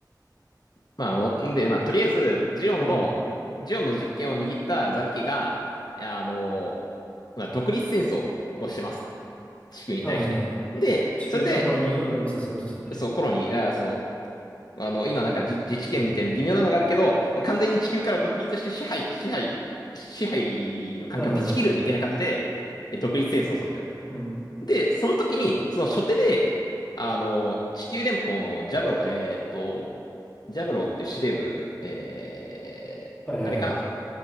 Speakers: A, on the left; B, on the left.
A: まあ、もんで、まあ、とりあえず、ジオンの、
B: うん。
A: ジオンの実権を握ったザビ家が、あの、まあ、独立戦争をしますと。地球に対して。
B: あ、はいはいはい。
A: で、
B: 地球からコロニーを独立させようとするのね。
A: それで、そう、コロニー、だからそう、あの、今なんか自、自治権みたいな微妙なのがあるけど、完全に地球から独立して支配、支配、支配の環境を断ち切るみたいな感じで、
B: はいはいはい。
A: え独立戦争をするんだよ。
B: うん。
A: で、その時に、その初手で、あの、地球連邦のジャブロ、えーっと、ジャブロっていう司令部、えー、
B: はいはいはい。
A: あれかな